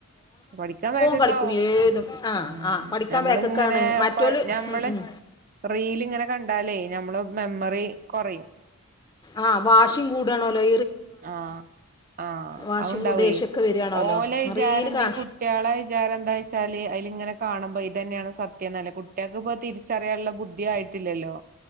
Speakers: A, on the right; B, on the left.
A: പഠിക്കാൻ വക്ക്ക്കാകും
B: കളിക്കും ഏതും
A: ആ
B: പഠിക്കാൻ
A: ഞമ്മളിങ്ങനെ
B: ബാക്കിക്കാണ് മറ്റോല്
A: പ ഞമ്മള്
B: ഉം, ഉം,
A: റീലീങ്ങനെ കണ്ടാലേ എയ് നമ്മള മെമ്മറി കുറയും
B: ആഹ് വാഷിും കൂടാണല്ലോ
A: ആഹ ആഹ
B: വാശിയും
A: അത്ണ്ടാവേ
B: കൂ ദേഷ്യമൊക്കെ വരികയാണോലോ
A: ഓല വിചാരം
B: റീല്
A: എന്താ
B: കാ
A: ഈ കുട്ടികളെ വിചാരം എന്താ വച്ചാല് അതിൽ ഇങ്ങനെ കാണുമ്പോ ഇത്തന്നെയാണ് അത്യം നല്ല കുട്ടികൾക്ക്ിപ്പോൊ തിരിച്ചറിയാനുള്ള ബുദ്ധി ആയിട്ടില്ലല്ലോ